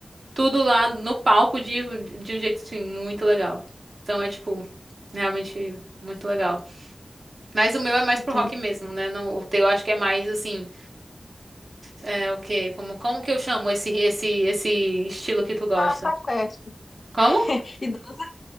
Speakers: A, on the right (about 70°); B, on the left (about 70°).
A: tudo lá no palco de, de um jeito, assim, muito legal. Então é, tipo, realmente muito legal. Mas o meu é mais
B: Entendi.
A: pro rock mesmo, né? Não, o teu acho que é mais, assim, é o quê? Como, como que eu chamo esse, esse, esse estilo que tu gosta?
B: Ah, sequestro.
A: Como?
B: <laughs> Idoso,